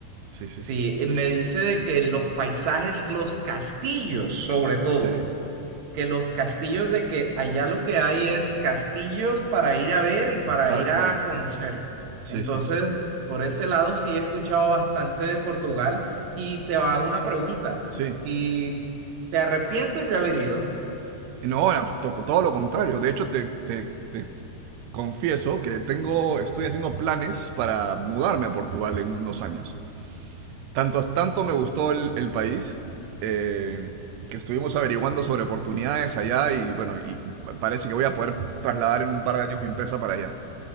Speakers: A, on the right; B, on the right.
A: sí, sí,
B: Sí,
A: sí, sí,
B: eh, me dice de que los paisajes, los castillos sobre todo,
A: Sí,
B: que los castillos de que allá lo que hay es castillos para ir a ver y para
A: tal
B: ir a
A: cual,
B: conocer.
A: sí,
B: Entonces,
A: sí, sí,
B: por ese lado sí he escuchado bastante de Portugal y te hago una pregunta.
A: sí,
B: ¿Y te arrepientes de haber ido?
A: no, ahora toco todo lo contrario, de hecho te, te, te confieso que tengo, estoy haciendo planes para mudarme a Portugal en unos años, Tanto, tanto me gustó el, el país eh, que estuvimos averiguando sobre oportunidades allá y bueno, y parece que voy a poder trasladar en un par de años mi empresa para allá.